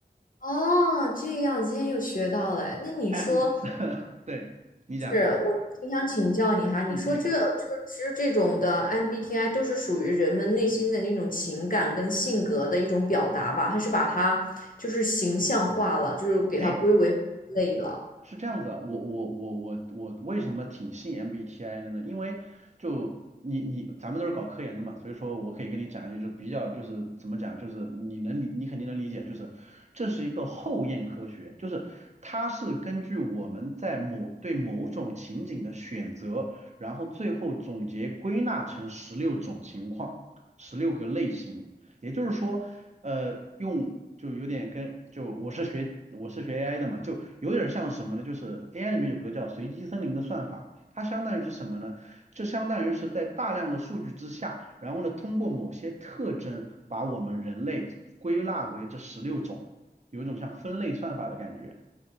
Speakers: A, on the left; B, on the right.
A: 哦，这样今天又学到了哎那你说，
B: 哎，嗯 <laughs> 对，你讲，
A: 是我挺想请教你哈，你说这就是其实这种的
B: 嗯嗯，
A: MBTI 都是属于人们内心的那种情感跟性格的一种表达吧？它是把它就是形象化了，就是给它归为类了。
B: 哎，是这样子啊，我我我我我为什么挺信 MBTI 的呢？因为就你你咱们都是搞科研的嘛，所以说我可以跟你讲一些就比较就是怎么讲，就是你能理你肯定能理解，就是这是一个后验科学，就是它是根据我们在某对某种情景的选择，然后最后总结归纳成十六种情况，十六个类型，也就是说，呃，用就有点跟就我是学我是学 AI 的嘛，就有点像什么呢？就是 AI 里面有个叫随机森林的算法，它相当于是什么呢？就相当于是在大量的数据之下，然后呢，通过某些特征把我们人类归纳为这十六种，有一种像分类算法的感觉。